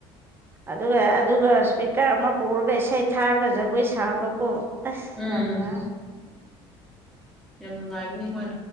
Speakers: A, on the right; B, in the centre.
A: ꯑꯗꯨꯒ ꯑꯗꯨꯒ ꯏꯁꯄꯤꯀꯔ ꯑꯃ ꯄꯨꯔꯒ ꯏꯁꯩ ꯊꯥꯔꯒ ꯖꯒꯣꯏ ꯁꯥꯕꯀꯣ ꯑꯁ
B: ꯎꯝ
A: ꯌꯥꯝ ꯅꯨꯡꯉꯥꯏ
B: ꯌꯥꯝ ꯅꯨꯡꯉꯥꯏꯒꯅꯤ ꯍꯣꯏ